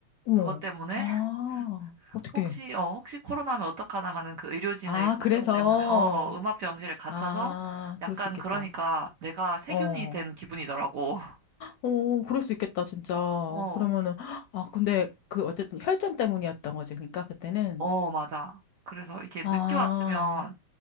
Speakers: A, on the left; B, on the right.
A: 어머,
B: 그것 때문에
A: 아,
B: <laughs>
A: 어떡해.
B: 혹시 어 혹시 코로나면 어떡하나 하는 그 의료진의
A: 아,
B: 걱정
A: 그래서.
B: 때문에 어 음압병실에 갇혀서
A: 아,
B: 약간
A: 그럴 수 있겠다.
B: 그러니까 내가 세균이
A: 어,
B: 된 기분이더라고. <laughs>
A: 어, 그럴 수 있겠다, 진짜.
B: 어.
A: 그러면은, 아, 근데 그 어쨌든 혈전 때문이었던 거지, 그러니까 그때는.
B: 어, 맞아. 그래서 이게
A: 아.
B: 늦게 왔으면